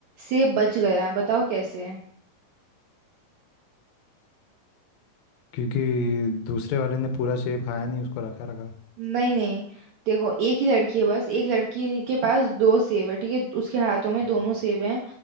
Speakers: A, on the right; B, on the left.
A: सेब बच गया बताओ कैसे
B: क्योंकि दूसरे वाले ने पूरा सेब खाया नहीं उसको रखा रखा
A: नहीं नहीं देखो एक ही लड़की है बस एक लड़की के पास दो सेब है ठीक है उसके हाथों में
B: हम्म
A: दोनों सेब हैं